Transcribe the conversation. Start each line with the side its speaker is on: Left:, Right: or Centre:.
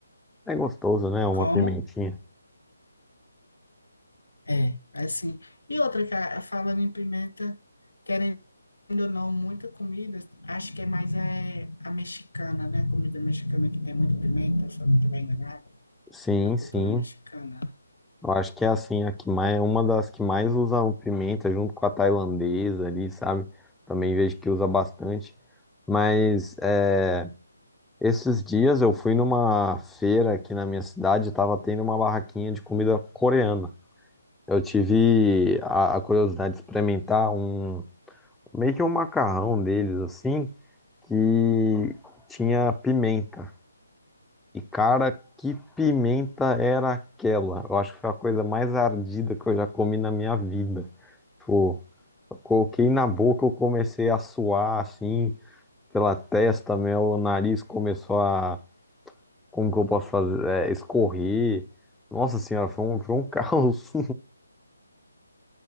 Centre: É gostoso, né? Uma
Left: Como?
Centre: pimentinha.
Left: É, assim. E outra, cara, falando em pimenta, querendo Querendo ou não, muita comida, acho que é mais é, a mexicana, né? A comida mexicana que tem muita pimenta, se eu não estiver enganado.
Centre: Sim,
Left: A cultura
Centre: sim.
Left: mexicana.
Centre: Eu acho que é assim, a que mais, é uma das que mais usa o pimenta junto com a tailandesa ali, sabe? Também vejo que usa bastante. Mas é, esses dias eu fui numa feira aqui na minha cidade, tava tendo uma barraquinha de comida coreana. Eu tive a, a curiosidade de experimentar um meio que um macarrão deles assim, que tinha pimenta. E cara, que pimenta era aquela? Eu acho que foi a coisa mais ardida que eu já comi na minha vida. Tipo, eu coloquei na boca, eu comecei a suar assim, pela testa, meu nariz começou a, como que eu posso fazer? É, escorrer. Nossa senhora, foi um, foi um caos.